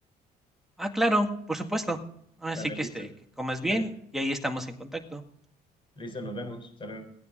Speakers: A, in the centre; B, on the left.
A: Ah, claro, por supuesto. así
B: Vale,
A: que,
B: listo.
A: este, que comas bien
B: Vale,
A: y ahí estamos en contacto.
B: listo, nos vemos. Hasta luego.